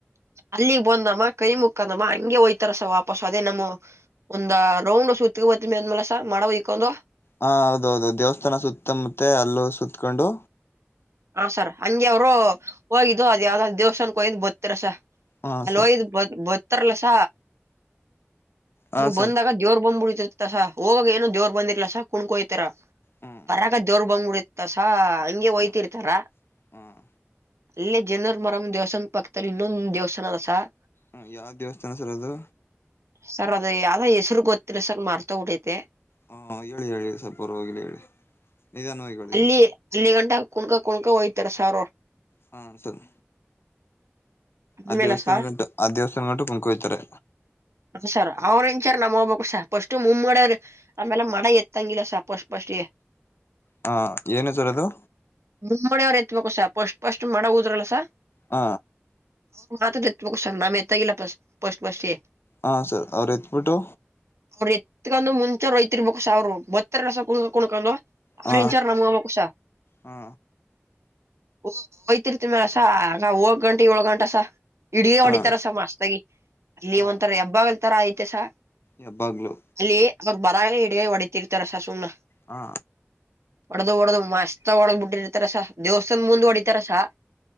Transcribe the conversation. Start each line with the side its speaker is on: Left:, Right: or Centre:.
Right: ಅಲ್ಲಿಗ್ ಬಂದಮ್ಮ ಕೈ ಮುಕ್ಕಂದಮ್ಮ ಹಂಗೆ ಒಯ್ತಾರಸ ವಾಪಸ್ಸ ಅದೇ ನಮ್ಮ ಒಂದ ರೌಂಡ್ ಸುತ್ಕ ಬತ್ತಿನಿ ಅಂದ್ಮೇಲೆ ಸ ಮಾಡ ಹಯ್ಕೊಂಡು
Left: ಹಾ ಹೌದ್ ಹೌದು ದೇವಸ್ಥಾನ ಸುತ್ತ ಮತ್ತೆ ಅಲ್ಲೂ ಸತ್ಕೊಂಡು
Right: ಹ ಸರ ಹಂಗೆ ಅವ್ರು ಹೋಗಿದ್ ಅದ್ ಯಾವ್ದೊ ದೇವ್ಸಾನಕ್ ಕೊಯ್ದ್ ಬತ್ತರ ಸ
Left: ಹಾ
Right: ಅಲ್ಲೋಯಿದ್
Left: ಸರ್
Right: ಬದ್ ಉತ್ತರ್ಲಸ
Left: ಹಾ
Right: ಅವ್ರ್
Left: ಸರ್
Right: ಬಂದಗ ದೇವ್ರ್ ಬಂದ್ಬಿ <unintelligible> ಹೋಗಾಗ ಏನೋ ದೇವರ ಬಂದಿರ್ಲಿಲ್ಲ ಸರ್ ಕುಣಕೊಯ್ತಾರ
Left: ಹ್ಮ್
Right: ಬರಾಗ ಜೋರ್ ಬಂದ್ಬಿಡತ್ತ ಸರ್ ಹಂಗೆ ಹೊಯ್ತರ್
Left: ಹ್ಮ್
Right: ತರ
Left: ಹ್ಮ್
Right: ಇಲ್ಲೆ ಜನ್ಯೂರ್ಮಾರಮ್ಮ ದೇವ್ಸ್ಥಾನ್ ಪಕ್ತದಲ್ ಇನ್ನೊಂದ್ ದೇವ್ಸ್ಥಾನ ಅದ ಸರ್
Left: ಹ ಯಾವ್ ದೇವ್ಸ್ಥಾನ ಸರ್ ಅದು?
Right: ಸರ್ ಅದ ಯಾವ್ದೋ ಹೆಸರು ಗೊತ್ತಿಲ್ಲ ಸರ್ ಮರೆತೋಗ್ಬಿಟ್ಟೈತೆ
Left: ಹಾ ಹೇಳಿ ಹೇಳಿ ಸರ್ ಪರ್ವಾಗಿಲ್ಲ ಹೇಳಿ ನಿಧಾನವಾಗಿ ಹೇಳಿ
Right: ಅಲ್ಲಿ
Left: ಸರ್
Right: ಅಲ್ಲಿಗಂಟ ಕುನ್ಕೋ ಕುನ್ಕೋ ಹೊಯ್ತಾರೆ ಸರ್ ಅವ್ರು
Left: ಹಾ ಸರ್ ಆ
Right: ಆಮೇಲೆ
Left: ದೇವ್ಸ್ಥಾನ್
Right: ಸ
Left: ಗಂಟ ಆ ದೇವಸ್ಥಾನ್ ಗಂಟ ಕುಣ್ಕೊ ಹೊಯ್ತಾರೆ
Right: ಸರ್ ಅವ್ರು ಇನ್ಚಾರ್ ನಮ್ ಒಬಕ್ ಫಸ್ಟು ಮುಮ್ ಮಾಡರೆ ಆಮೇಲೆ ಮಡ ಎತ್ತಂಗಿಲ್ಲ ಸರ್ ಪಸ್ಟ್ ಫಸ್ಟ್ ಗೆ.
Left: ಹಾ ಏನು ಸರ್ ಅದು?
Right: <unintelligible> ಎತ್ಬೇಕು ಸರ್ ಫಸ್ಟ್ ಫಸ್ಟ್ ಗ ಮಡ ಉಗದ್ರಲ್ಲ ಸರ್.
Left: ಹ.
Right: ಅವ್ರ್ ಮಾತ್ರ ಎತ್ಬೇಕು ಸರ್ ನಾವ್ ಎತ್ತಂಗಿಲ್ಲ ಫಸ್ಟ್ ಫಸ್ಟ್ ಫಸ್ಟ್ ಗೆ.
Left: ಹಾ ಸರ್ ಅವ್ರ್ ಎತ್ ಬಿಟ್ಟು
Right: ಅವ್ರು ಎತ್ಕೊಂಡು ಮುಂಚೆ ಅವ್ರ್ ಹೋಯ್ತಿ ರ್ಬೇಕು ಸರ್ ಬರ್ತಾರಲ್ಲ ಸರ್ ಕುನ್ ಕುನಕೊಂಡು <unintelligible>
Left: ಹ
Right: ಸರ್
Left: ಹ
Right: ಓ ಹೋಯ್ತಿರ್ತಿ ಅಲ್ಲ ಸರ್ ನಾವ್ ಹೋಗ ಗಂಟ ಏಲಗಂಟ ಸರ್ <unintelligible>
Left: ಹ
Right: ಹೊಡಿತಾರ ಸರ್ ಮಸ್ತಾಗಿ ಇಲ್ಲಿ
Left: ಹ
Right: ಒಂದ್ ಹಬ್ಬ ಒಂತರ ಐತೆ ಸರ್
Left: ಹೆಬ್ಬಾಗ್ಲು
Right: ಅಲ್ಲಿ ಅವ್ರ್ ಬರಗೆ ಇದ್ಗಾಯಿ ಇಡ್ತಾರ ಸರ್ ಸುಮ್ನ
Left: ಹಾ
Right: ಒಡ್ದು ಒದ್ದು ಮಸ್ತ್ ಆಗ್ ಒಡ್ದ ಬಿಟ್ಟಿರ್ತಾರ ಸರ್ ದೇವ್ಸ್ಥಾನ್ ಮುಂದ್ ಹೊಡಿತಾರ ಸರ್